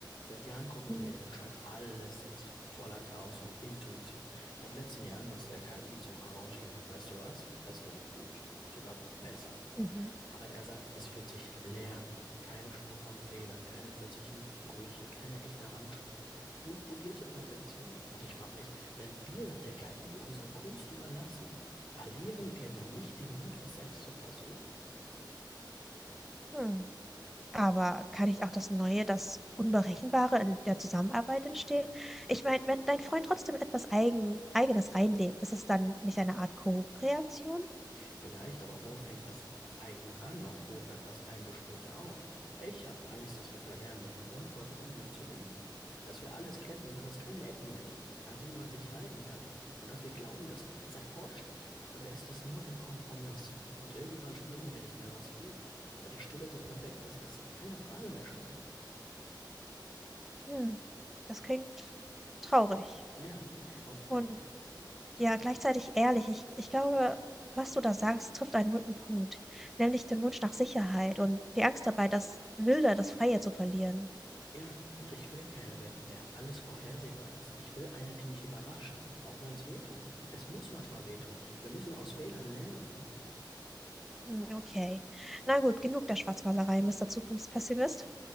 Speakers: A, on the left; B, in the centre.
A: Seit Jahren komponiert
B: Mhm.
A: er, schreibt alles selbst, voller Chaos und Intuition. Seit letztem Jahr nutzt er KI zum Arrangieren und weißt du was? Es klingt gut, sogar besser.
B: Mhm.
A: Aber er sagt, es fühlt sich leer an. Keine Spur von Fehlern, keine plötzlichen Brüche, keine echte Handschrift. Nur polierte Perfektion. Und ich frage mich, wenn wir der KI unsere Kunst überlassen, verlieren wir dann nicht den Mut, es selbst zu versuchen?
B: Hm. Aber kann ich auch das Neue, das Unberechenbare in der Zusammenarbeit entstehen? Ich meine, wenn dein Freund trotzdem etwas Eigen, Eigenes reinlegt, ist es dann nicht eine Art Co-Kreation?
A: Vielleicht, aber wo fängt das eigene an und wo hört das Eingespielte auf? Ich habe Angst, dass wir verlernen, mit dem Unvollkommenen zu leben, dass wir alles glätten, bis es keine Ecken mehr gibt, an denen man sich reiben kann, und dass wir glauben, das sei Fortschritt. Dabei ist es nur ein Kompromiss. Und irgendwann spüren wir nicht mehr, was fehlt, weil die Stille so perfekt ist, dass sie keine Frage mehr stellt.
B: Hm, das klingt traurig.
A: Ja, und
B: Und Ja, gleichzeitig ehrlich. Ich, ich glaube, was du da sagst, trifft einen wunden Punkt, nämlich den Wunsch nach Sicherheit und die Angst dabei, das Wilde, das Freie zu verlieren.
A: Ja, und ich will keine Wetten, der alles vorhersehbar ist. Ich will eine, die mich überrascht, auch wenn es weh tut. Es muss manchmal wehtun. Wir müssen aus Fehlern lernen.
B: Hm, Okay. Na gut, genug der Schwarzmalerei, Mister Zukunftspessimist.